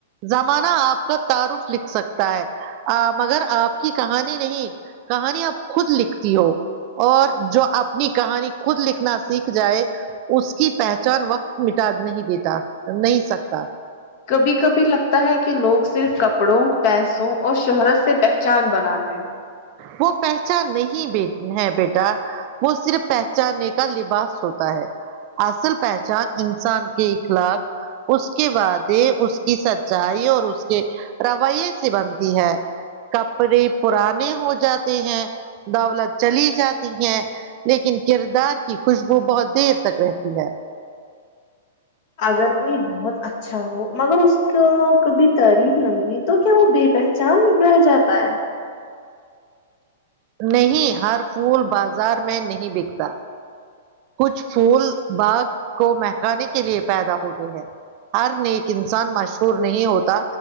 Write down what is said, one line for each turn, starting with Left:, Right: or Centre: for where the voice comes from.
Right: زمانہ آپ کا تعارف لکھ سکتا ہے مگر آپ کی کہانی نہیں کہانی آپ خود لکھتی ہو اور جو اپنی کہانی خود لکھنا سیکھ جائے اس کی پہچان وقت مٹا نہیں دیتا نہیں سکتا
Left: کبھی کبھی لگتا ہے کہ لوگ صرف کپڑوں پیسوں اور شہرت سے پہچان بناتے ہیں
Right: وہ پہچان نہیں ہے بیٹا وہ صرف پہچانے کا لباس ہوتا ہے اصل پہچان انسان کے اخلاق اس کے وعدے اس کی سچائی اور اس کے رویے سے بنتی ہے کپڑے پرانے ہو جاتے ہیں دولت چلی جاتی ہے لیکن کردار کی خوشبو بہت دیر تک رہتی ہے
Left: اگر کوئی بہت اچھا ہو مگر اس کو کبھی تعریف نہ ملیے تو کیا وہ بے بیٹ چاند رہ جاتا ہے
Right: نہیں ہر پھول بازار میں نہیں بکتا کچھ پھول باغ کو مہکانے کے لیے پیدا ہوتے ہیں ہر نیک انسان مشہور نہیں ہوتا